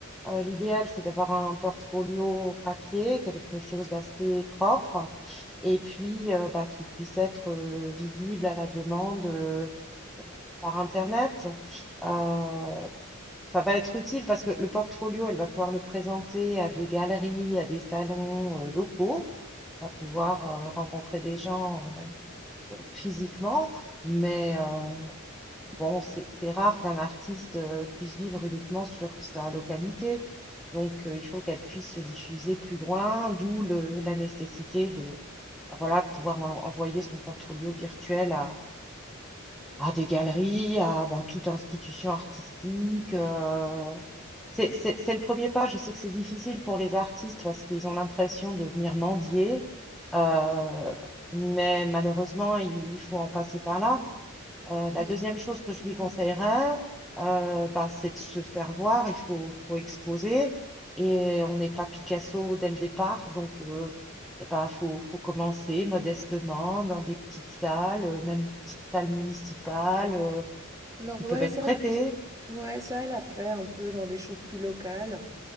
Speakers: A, in the centre; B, on the right.
A: Euh, l'idéal, c'est d'avoir un portfolio papier, quelque chose d'assez propre, et puis euh, bah, qui puisse être euh, visible à la demande euh, euh, par Internet. Euh, ça va être utile parce que le portfolio, elle va pouvoir le présenter à des galeries, à des salons euh, locaux. Elle va pouvoir euh, rencontrer des gens euh, euh, physiquement, mais euh, bon, c'est c'est rare qu'un artiste euh, puisse vivre uniquement sur sa localité. Donc, euh, il faut qu'elle puisse se diffuser plus loin, d'où le- la nécessité de, voilà, pouvoir en- envoyer son portfolio virtuel à, à des galeries, à bah, toute institution artistique. euh, C'est c'est- c'est le premier pas. Je sais que c'est difficile pour les artistes parce qu'ils ont l'impression de venir mendier, euh, mais malheureusement, il faut en passer par là. Euh, la
B: Et-
A: deuxième chose que je
B: ouais.
A: lui conseillerais, euh, ben, c'est de se faire voir, il faut, faut exposer. Et on n'est pas Picasso dès le départ, donc euh, eh ben, faut, faut commencer modestement dans des petites salles, euh, même des petites salles municipales euh,
B: Alors
A: qui
B: ouais,
A: peuvent être
B: ça,
A: prêtées.
B: je- ouais, ça, elle a fait un peu dans les choses plus locales.